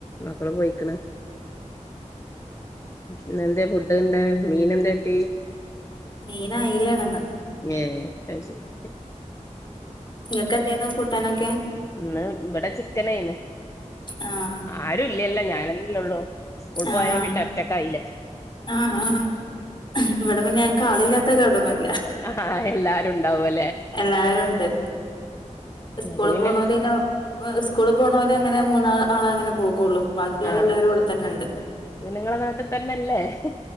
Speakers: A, on the left; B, on the left.
A: മക്കള് പോയിക്കണ് ഇന്നെന്താ ഫുഡ് ഇണ്ട മീനെന്തേ ട്ടി
B: മീനയിലേണന്ന്
A: ഏ അയ്ശരി
B: നിങ്ങൾക്ക് എന്തോന്നു കൂട്ടാനൊക്കെ
A: ഇന്ന് ഇവിടെ ചിക്കനയിന്ന്.
B: ആഹ്
A: ആരു ഇല്ലല്ലോ ഞാനല്ലല്ലേള്ളൂ. സ്കൂൾ
B: ആഹ്
A: പോയാ പിന്നെ ഒറ്റക്കായില്ലേ.
B: ആഹ് ആ ഇവിടെ മന്നെ ഞക്ക് ആളില്ലാത്തൊക്കെടോന്നും ഇല്ല.
A: ആഹ എല്ലാരും ഉണ്ടാവല്ലോ.
B: എല്ലാരും ഉണ്ട്
A: നിങ്ങക്ക്
B: സ്കൂള
A: പിന്നെ
B: പോണല്പിന്നെ സ്കൂള പോണോല് അങ്ങനെ മൂന്നാ ആള അങ്ങെ പോകുകയുള്ളു ബാക്കിയുള്ള
A: ആഹ്
B: എല്ലാവരുംഇവിടെ തന്നാണ്
A: നിങ്ങളെ നാട്ടിൽ തന്നെ അല്ലെ ഹി